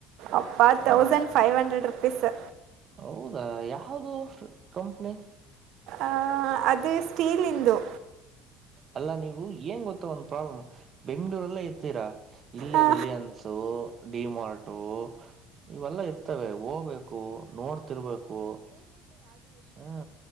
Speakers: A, on the right; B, on the right.
A: ಅಪ್ಪ ತೌಸಂಡ್. Five hundred rupees.
B: ಹೌದಾ ಯಾ. ಯಾೌದು ಕಂಪ್ನಿ.
A: ಆ ಅದು ಸ್ಟೀಲ್ಂದು.
B: ಅಲ್ಲ ನೀವು. ಏನು ಗೊತ್ತ ಒಂದು ಪ್ರಾಬ್ಲಮ್ ಬೆಂಗ್ಳೂರಲ್ಲೇ ಇರ್ತೀರಾ ಇಲ್ಲೇ
A: ಆ,
B: ರಿಲಿಯನ್ಸು ಡಿಮಾರ್ಟು ಇವೆಲ್ಲ ಇರ್ತವೆ ಹೋಗ್ಬೇಕು ನೋಡ್ತಿರ್ಬೇಕು ಹ.